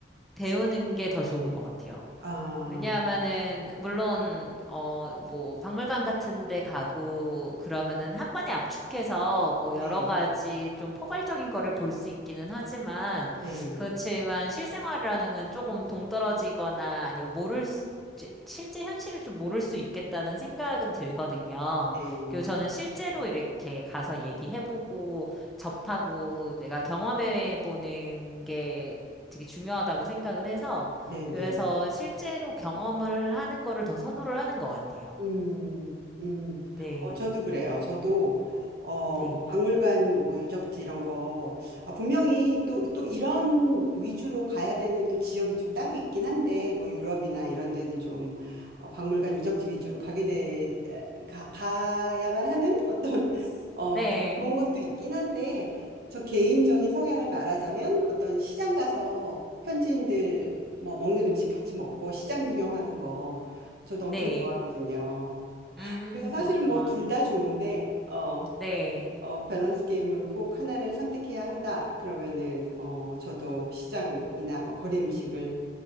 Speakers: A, in the centre; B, on the right.
A: 배우는 게 더 좋은 것 같아요.
B: 아,
A: 왜냐하면은 물론 어 뭐 박물관 같은 데 가고 그러면은 한 번에 압축해서 뭐
B: 네.
A: 여러 가지 좀 포괄적인 거를 볼 수 있기는 하지만
B: 네.
A: 그렇지만 실생활이라는 건 조금 동떨어지거나 아니면 모를 수, 지- 실제 현실을 좀 모를 수 있겠다는 생각은 들거든요.
B: 네.
A: 그리고 저는 실제로 이렇게 가서 얘기해보고 접하고 내가 경험해보는 게 되게 중요하다고 생각을 해서
B: 네,
A: 그래서
B: 네.
A: 실제로 경험을 하는 거를 더 선호를 하는 것 같아요.
B: 음, 음.
A: 네,
B: 어, 저도 그래요. 저도, 어,
A: 네,
B: 뭐, 박물관, 뭐, 유적지 이런 거, 아, 분명히 또, 또 이런 위주로 가야 되는 또 지역이 좀 따로 있긴 한데, 뭐, 유럽이나 이런 데는 좀, 어, 박물관 유적지 위주로 가게 돼, 에, 가, 가야만 하는 어떤, <laughs> 어,
A: 네,
B: 좀 좋은 것도 있긴 한데, 저 개인적인 성향을 말하자면 어떤 시장 가서 현지인들 뭐, 먹는 음식 같이 먹고 시장 구경하는 거, 저도
A: 네.
B: 엄청 거든요.
A: 음,
B: 그래서 사실은
A: 그렇구나.
B: 뭐 둘 다 좋은데 어,
A: 네.
B: 어 밸런스 게임으로 꼭 하나를 선택해야 한다. 그러면은 어 저도 시장이나 뭐 거리 음식을